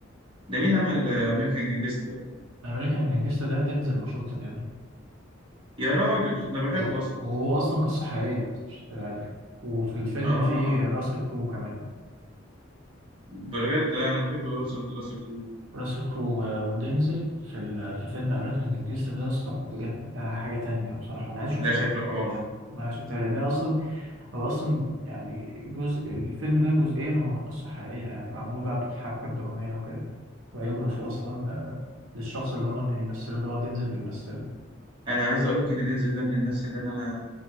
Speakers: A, on the right; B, on the right.
A: ده مين اللي عمل امريكان جانجستر
B: أمريكان جانجستا ده دينزل واشنطن يا ابني
A: يا راجل انا بحبه
B: يا-
A: اصلا
B: وهو أصلا قصة حقيقية مش تبقى عارف وفي الفيلم
A: اه
B: فيه راسل كرو كمان
A: بجد انا بحب راسل راسل كرو
B: راسل كرو و- ودينزل في ال- في الفيلم امريكان جانجستا ده يا اسطى بجد ده حاجه تانية بصراحه انا عايز اشوفه
A: لا
B: تاني
A: شكله
B: والله
A: حوار
B: والله عايز اشوفه تاني لان أنا اصلا هو اصلا يعني جزء الفيلم ده جزئيا هو قصه حقيقيه يعني معمول بقى بالحبكه الدراميه وكده بايوجرافي اصلا آه، للشخص اللي هم بيمثلوا اللي هو دينزل بيمثله
A: انا عايز اقول لك ان دينزل ده من الناس اللي انا